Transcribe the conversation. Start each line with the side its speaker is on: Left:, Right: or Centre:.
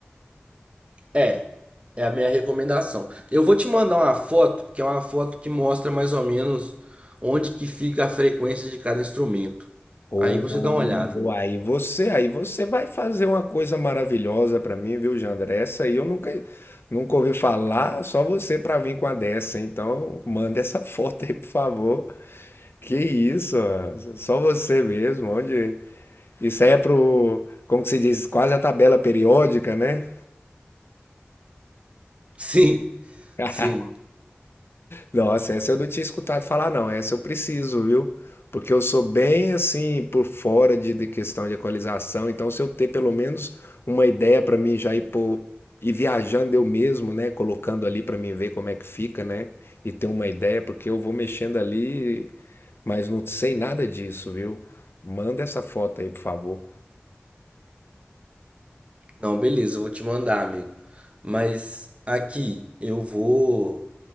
Right: É, é a minha recomendação. Eu vou te mandar uma foto, que é uma foto que mostra mais ou menos onde que fica a frequência de cada instrumento.
Left: Ou
Right: Aí você dá uma olhada.
Left: aí você, aí você vai fazer uma coisa maravilhosa pra mim, viu, Jandra? Essa aí eu nunca, nunca ouvi falar, só você pra vir com a dessa. Então, manda essa <laughs> foto aí, por favor. Que isso, ó, só você mesmo. Onde... Isso aí é pro, como que se diz, quase a tabela periódica, né?
Right: <laughs> Sim,
Left: <laughs>
Right: sim.
Left: Nossa, essa eu não tinha escutado falar, não. Essa eu preciso, viu? Porque eu sou bem assim, por fora de, de questão de equalização. Então, se eu ter pelo menos uma ideia para mim já ir, pô, ir viajando eu mesmo, né? Colocando ali para mim ver como é que fica, né? E ter uma ideia, porque eu vou mexendo ali, mas não sei nada disso, viu? Manda essa foto aí, por favor.
Right: Não, beleza, eu vou te mandar, amigo. Mas aqui eu vou